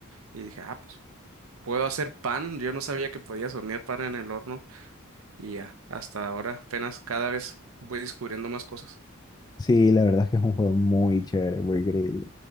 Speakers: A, on the right; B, on the left.
A: Y dije, ah, pues puedo hacer pan, yo no sabía que podías hornear pan en el horno y ya, hasta ahora apenas cada vez voy descubriendo más cosas.
B: Sí, la verdad es que es un juego muy chévere, muy increíble.